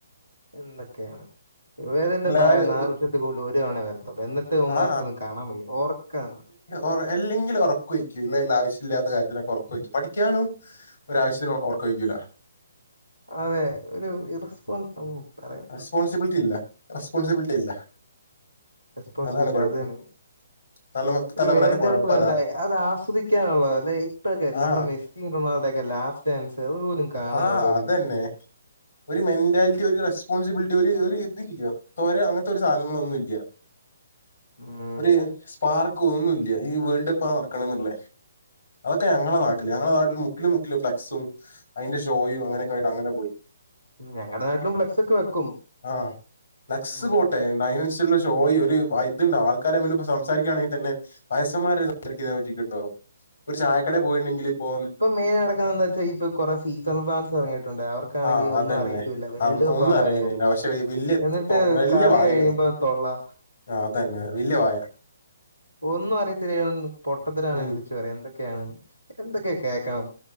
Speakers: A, on the left (about 90°); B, on the left (about 65°).
A: എന്നൊക്കെയാണ്. <unintelligible>
B: എല്ലാരും
A: നാല് വർഷത്തിൽ കൂടുതൽ ഒരുതവണേ വരത്തൊള്ളൂ. എ ന്നിട്ടിവമ്മാക്കൊന്നും
B: ആ
A: കാണാംവയ്യ. ഓർക്കാ
B: ഒറ അല്ലെങ്കിലും ഒറക്കൊഴിക്കും ഇല്ലല്ലാ ആവശ്യല്ലാത്ത കാര്യത്തിനൊക്കെ ഒറക്കൊഴിക്കും. പഠിക്കാനും ഒരാവശ്യത്തിനും ഉറക്കം ഒഴിക്കില്ല.
A: അതെ ഒരു ഇറസ്പോണ്ട് ഉം പറയാം.
B: റെസ്പോൺസിബിലിറ്റി ഇല്ല, റെസ്പോൺസിബിലിറ്റി ഇല്ല.
A: റെസ്പൻസിബിലിറ്റി
B: അതാണ് കുഴപ്പം
A: അത് തന്നെ.
B: തലമ
A: ഒരു
B: തലമുറേനെ
A: വേൾഡ്
B: കുഴപ്പതാ
A: കപ്പ് കണ്ടാല് അത് ആസ്വദിക്കാനുള്ളത അല്ലെ, ഇപ്പഴൊക്കെല്ല
B: ആ
A: നമ്മുടെ മെ കിംഗ് റൊണാൾഡോക്കെ ലാസ്റ്റ് ചാൻസ് അതുപോലും കാണാനുള്ള
B: ആ
A: ഒരുതില്ല.
B: അതന്നെ ഒരു മെന്റാലിറ്റി ഒരു റെസ്പോൺസിബിലിറ്റി ഒരു ഒരിതില്ല തൊര അങ്ങൻത്തൊരു സാധനങ്ങളൊന്നുംല്ല.
A: ഉം
B: ഒരു സ്പാ ക്കോന്നൂല്ല ഈ വേൾഡ് കപ്പ് നടക്കണന്നുള്ള, അതൊക്കെ ഞങ്ങളെ നാട്ടില്
A: ഉം.
B: ഞങ്ങളെ നാട്ടില് മുക്കില് മുക്കിലും ഫ്ലെക്സും അതിന്റെ ഷോയും അങ്ങനൊക്കായിട്ട് അങ്ങനെ പോയി.
A: ഉം ഞങ്ങടെ നാട്ടിലും ഫ്ലക്സൊക്കെ വെക്കും.
B: ആഹ് ഫ്ലക്സ്
A: ഉം
B: പോട്ടെ അതിനനുസരിച്ചുള്ള ഷോയി ഒരു ഇത്ണ്ടാ ആൾക്കാരെ മുന്ന് പ്പോ സംസാരിക്കാണെങ്കി തന്നെ വയസ്സമ്മാര് സംസാരിക്കുന്നെനെ പറ്റികേട്ടോ, ഒരു ചായക്കടെ പോയിണ്ടെങ്കിലിപ്പോ.
A: മെയിനായിട്ട് നടക്കുന്നതെന്താച്ചാ ഇപ്പോ കൊറെ സീസൺ ഫാൻസ് ഇറങ്ങിയിുണ്ട്. ക്കാണെങ്കി
B: ആ
A: ഒന്നും
B: അതന്നെ
A: അറിയത്തൂല്ല വേൾഡ്
B: ആ
A: കപ്പാവുമ്പോ
B: ഒന്നും അറിയില്ല
A: എറങ്ങും,
B: പക്ഷെ വലിയ
A: എന്നിട്ട്
B: വലിയ
A: കളി
B: വായാണ്
A: കഴിയുമ്പോ തൊള്ളാ
B: അതന്നെ വല്ല്യേ വായ.
A: ഒന്നും അറിയത്തില്ലെങ്കിലും ന്നും പൊട്ടത്തരാണ്
B: ഉം
A: വിളിച്ചു പറയാ, എന്തൊക്കെയാണ് എന്തൊക്കെ കേക്കണം.